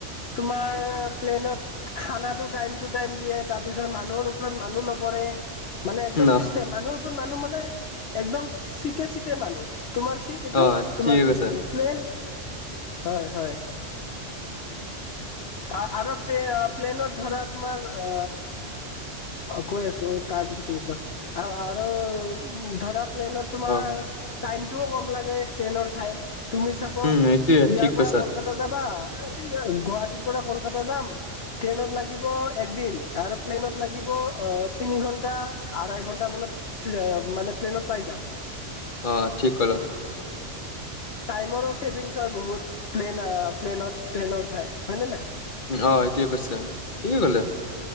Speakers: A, on the left; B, on the left.
A: তোমাৰ প্লেনত খানাটো টাইম টু টাইম দিয়ে, তাৰ পিছত মানুহৰ ওপৰত মানুহ নপৰে। মানে একদম
B: ন
A: চিষ্টেম, মানুহৰ ওপৰত মানুহ মানে একদম চিটে চিটে মানুহ। তোমাৰ চিট এইটো
B: অ ঠিকে
A: তোমাৰ চিট
B: কৈছা
A: এইটো প্লেন হয় হয়। আ আৰু প্লেনৰত ধৰা তোমাৰ আ অ কৈ আছো তাৰপিছতে আৰু আৰু ধৰা প্লেনত তোমাৰ
B: অ
A: টাইমটোও কম লাগে, ট্ৰেইনৰ চাই। তুমি চাপজ
B: উম, এইটোয়ে
A: ইয়াৰ
B: ঠিক
A: পৰা
B: কৈছা।
A: কলকাতা যাবা, গোৱা হাটীৰ পৰা কলকাতা যাম, ট্ৰেইনত লাগিব এক দিন আৰু প্লেনত লাগিব অ তিনি ঘন্টা, আঢ়াই ঘন্টা মানত মানে প্লেনত পাই যাম।
B: অ ঠিক কলা।
A: টাইমৰো ছেভিংছ হয় বহুত প্লেন প্লেনত ট্ৰেইনৰ চাই। হয় নে নাই?
B: অ এইটোৱে কৈছে, ঠিকে কলে